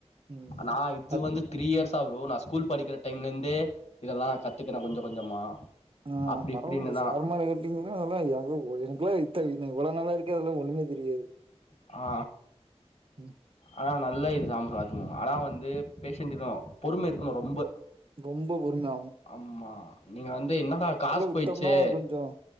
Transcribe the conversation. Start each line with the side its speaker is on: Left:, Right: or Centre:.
Right: ம்
Left: நா இது
Right: அத்
Left: வந்து த்ரீ இயர்ஸா ப்ரோ நா ஸ்கூல் படிக்கிற டைம்ல இருந்தே இதெல்லா நா கத்துக்குன கொஞ்ச கொஞ்சமா
Right: ஆ
Left: அப்டி
Right: பரவால்ல
Left: இப்டின்னுதா
Right: ப்ரோ சேர்மாருக்கறது அப்டிங்கிறதுலா எல்லா ப்ரோ எனக்குலா இத்த இவ்வளோ நாளா இருக்க அதல்லா ஒண்ணுமே தெரியாது
Left: ஆ
Right: ம்
Left: ஆனா நல்ல இது தாம் ப்ரோ அதுவு ஆனா வந்து பேஷண்ட்டுதா பொறும இருக்கணு ரொம்ப
Right: ரொம்ப பொறுமை
Left: ஆமா நீங்க வந்து என்னடா காஸ்
Right: விட்டோம்னா
Left: போயிச்சே
Right: கொஞ்சம்